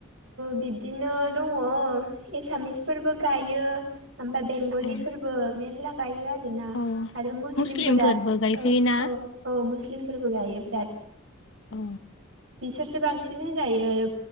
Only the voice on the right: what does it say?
बिदिनो दङ एसामिसफोरबो गायो ओमफ्राय बेंगलिफोरबो
मेनला गायो आरोना
आरो मुस्लिमफोरा
औ औ औ मुस्लिमफोरबो गायो बिराद
बिसोरसो बांसिन होनजायो